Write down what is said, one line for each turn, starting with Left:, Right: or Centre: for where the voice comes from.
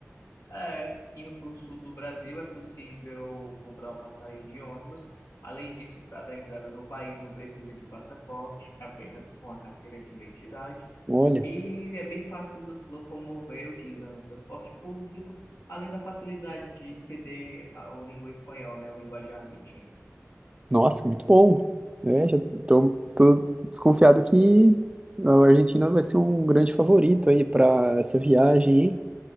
Left: É, indo para o sul do Brasil é possível comprar uma passagem de ônibus. Além disso, para dar entrada no país não precisa de passaporte, apenas com a carteira de identidade.
Right: Olha,
Left: E é bem fácil lo- locomover utilizando o transporte público, além da facilidade de entender a- o língua espanhol, né, o linguajar argentina.
Right: nossa, muito bom. É, já tô, tô desconfiado que a Argentina vai ser um grande favorito aí para essa viagem, hein?